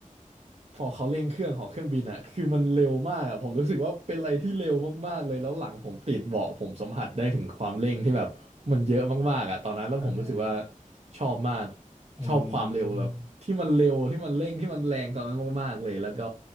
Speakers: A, on the right; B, on the right.
A: พอเขาเร่งเครื่องของเครื่องบินอะคือมันเร็วมากอะผมรู้สึกว่าเป็นอะไรที่เร็วมากๆเลยแล้วหลังผมติดเบาะผมสัมผัสได้ถึงความเร่งที่แบบมันเยอะมากๆอะตอนนั้นแล้วผมรู้สึกว่า
B: อ่าฮะ
A: ชอบมาก
B: อืม
A: ชอบความเร็วแบบที่มันเร็วที่มันเร่งที่มันแรงตอนนั้นมากๆเลยแล้วก็